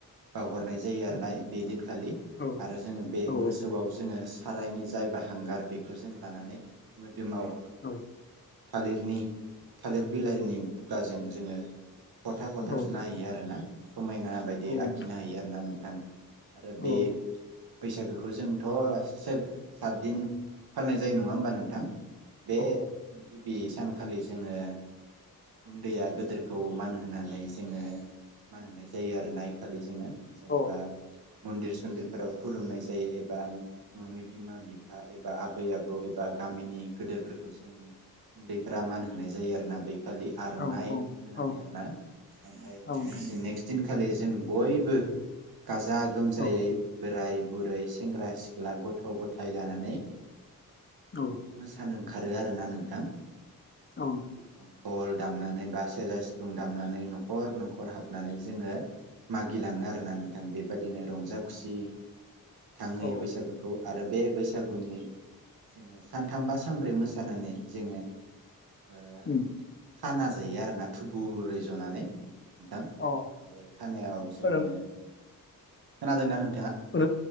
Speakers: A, on the right; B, on the left.
A: बावहरनाय। जायो आरोना
B: औ
A: बे दिनखालि
B: औ
A: आरो जोङो बे
B: औ
A: मोसौआव जोङो। सारायनि जाय बा हांगार बेखौ जों लानानै। बिमाव।
B: औ
A: थालिरनि थालिर बिलाइनि बुगाजों जोङो। गथा फथा
B: औ
A: थुना हैयो आर ना। समायना बायदि
B: औ
A: आखिनो
B: नोंथां
A: हायो आरो ना नोंथां। आरो
B: औ
A: बे। बैसागोखौ जोंथ'। से सातदिन फालिनाय जायो नङा होमबा नोंथां। बे
B: औ
A: गिबि सान। खालि जोङो उन्दैया गदोरखौ मान होनानै जोङो मान होनाय जायो आरोना इखालि जोङो। जेनेबा
B: औ
A: मन्दिर सन्दिर फोराव खुलुमनाय जायो एबा। न'नि बिमा बिफा एबा आबै आबौ एबा गामिनि गोदेरफोरखौ जों उन्दैफोरा मान होनाय जायो आरोना बे। खालि आर'नाइ
B: औ
A: होनानै
B: औ
A: आरोना मफ्राय
B: औ नोंथां
A: नेख्स दिननि खालि जों बयबो। गाजा गोमजायै
B: औ
A: बोराय बुरै सेंग्रा सि ख्ला गथ' गथाय लानानै
B: औ
A: मोसानो ओंखारो आरोना नोंथां।
B: नोंथां
A: धल दामनानै बा सेरजा सिफुं दामनानै नखर नखर हाबनानै जोङो मागिलाङो आरोना नोंथां बेबादिनो रंजा खुसि थांहोयो
B: औ
A: बै गुखौ आरो बे बैसागुनि जोङो सानथाम बा सानब्रै मोसानानै जोङो ओ
B: उम।
A: खाना जायो आरोना थुबुरै जनानै नोंथां।
B: औ
A: बे खानायाव जोङो
B: औ
A: खोनादोना नों
B: ओनो